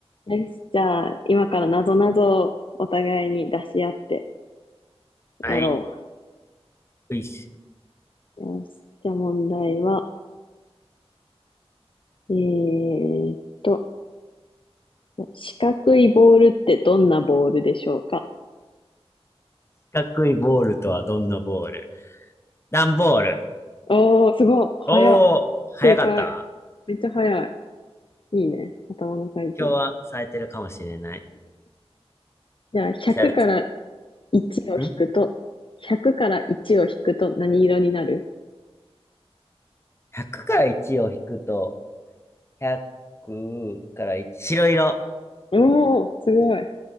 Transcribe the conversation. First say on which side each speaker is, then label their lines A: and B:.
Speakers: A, on the left; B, on the left.
A: よし、じゃあ、今からなぞなぞをお互いに出し合って
B: はい。
A: やろ
B: うい四
A: う。よし、じゃあ問題は、えーっと、四角いボールってどんなボールでしょうか
B: 角いボールとはどんなボール段ボール。
A: おー、すごい。早っ。
B: おー、早かった。
A: 正解。めっちゃ早い。いいね。頭の回転。
B: 今日は冴えてるかもしれない。
A: じゃあ、100から
B: じゃ
A: 1を引くと、
B: あ、ん
A: 100から1を引くと何色になる
B: ?100 から1を引くと、100から1。白色。
A: おー、すごい。